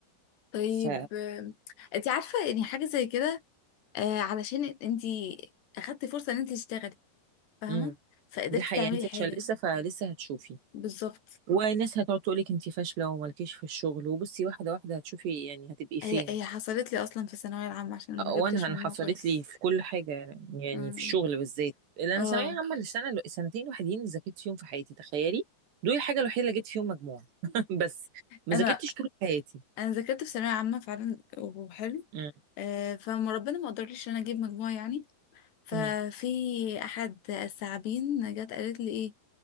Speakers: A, on the left (about 85°); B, on the right (about 90°).
A: طيب
B: ف
A: آم، انت عارفه يعني حاجه زي كده آه علشان انت اخدتي فرصه ان انت تشتغلي فاهمه
B: امم
A: فقدرتي
B: دي حقيقة
A: تعملي
B: يعني انت
A: حاجه
B: عشان لسه فلسه هتشوفي
A: بالظبط
B: وناس هتقعد تقولك انت فاشلة ومالكيش في الشغل وبصي واحدة واحدة هتشوفي يعني هتبقي فين
A: هي هي حصلت لي اصلا في الثانويه العامه عشان ما
B: وانا
A: جبتش
B: انا
A: مجموع
B: حصلت
A: كويس
B: لي في كل حاجه يعني يعني
A: أمم.
B: في الشغل بالذات لان انا
A: اه
B: ثانويه عامه السنه السنتين الوحيدين اللي ذاكرت فيهم في حياتي تخيلي دول الحاجه الوحيده اللي جبت فيهم مجموع <laughs> بس ما
A: انا
B: ذاكرتش طول حياتي
A: انا ذاكرت في ثانويه عامه فعلا وحلو
B: مم.
A: آه، فما ربنا ما قدرليش ان انا اجيب مجموع يعني ففي
B: مم.
A: احد الثعابين جت قالت لي إيه،